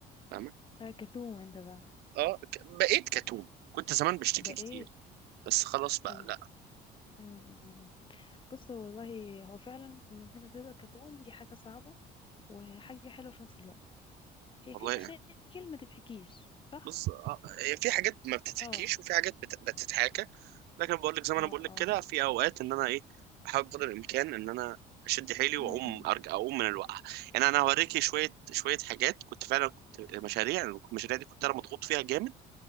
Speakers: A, on the right (about 75°); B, on the left (about 30°).
A: فاهمه
B: آه، كتوم انت بقى
A: اه ك- بقيت كتوم كنت زمان بشتكي
B: ده
A: كتير
B: ايه
A: بس خلاص بقى
B: طب
A: لا
B: امم بص والله هو فعلا انك انت تبقى كتوم دي حاجة صعبة وحاجة حلوة في نفس الوقت هي
A: والله
B: في
A: يعني.
B: مشاكل ما تتحكيش صح
A: بص آه، هي في حاجات ما بتتحكيش
B: اه
A: وفي حاجات بت- بتتحكى لكن بقول لك زي ما
B: اه
A: انا بقول لك
B: اه
A: كده
B: صح
A: في اوقات ان انا ايه بحاول قدر الامكان ان انا اشد حيلي
B: امم
A: واقوم ارجع اقوم من الوقعه يعني انا هوريكي شويه شويه حاجات كنت فعلا كنت مشاريع المشاريع دي كنت انا مضغوط فيها جامد